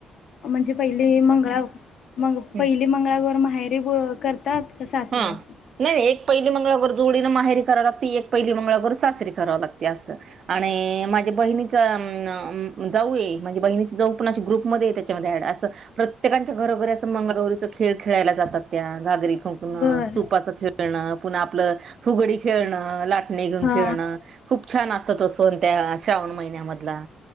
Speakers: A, on the left; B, on the right.
A: म्हणजे, पहिली मंगळा मग
B: हम्म
A: पहिली मंगळागोर माहेरीे करतात का सासरी
B: हा
A: असतं?
B: नाही नाही. एक पहिली मंगळागौर जोडीनं माहेरी करावं लागते, एक पहिली मंगळागौर सासरी करावं लागती असं. आणि माझ्या बहिणीच अ जाऊ आहे म्हणजे बहिणीची जाऊ पण अशी ग्रुपमध्ये येते. अस प्रत्येकांच्या घरोघरी असं मंगगौरीच खेळ खेळायला जातात त्या घागरी सुकणं
A: बर
B: सुपाचं खेळणं पुन्हा आपलं फुगडी खेळणं लाटणी घेऊन
A: हा
B: खेळणं. खूप छान असतो तो सण त्या श्रावण महिन्यामधला